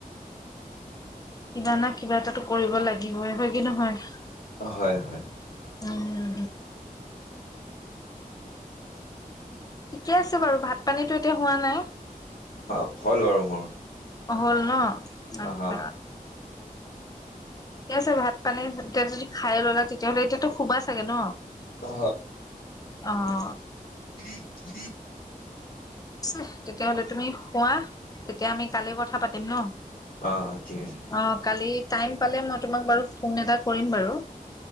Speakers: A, on the left; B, on the left.
A: কিবা না কিবা এটাটো কৰিব লাগিবই, হয় কি নহয়?
B: হয় হয়।
A: ওম ও ঠিকে আছে বাৰু, ভাত পানীতো এতিয়া হোৱা নাই।
B: হ' হ'ল বাৰু মোৰ
A: হ'ল ন? আতছা
B: অ'
A: ঠিকে আছে ভাত পানী এতিয়া যদি খাইয়ে ল'লা তেতিয়াহ'লে এতিয়াতো শোবা চাগে ন?
B: হ
A: অঁ
B: <unintelligible>
A: চেহ তেতিয়া হ'লে তুমি শুৱা তেতিয়া আমি কালি কথা পাতিম ন'
B: অ' ঠিক আছে।
A: অ কালি টাইম পালে মই তোমাক ফোন এটা কৰিম বাৰু।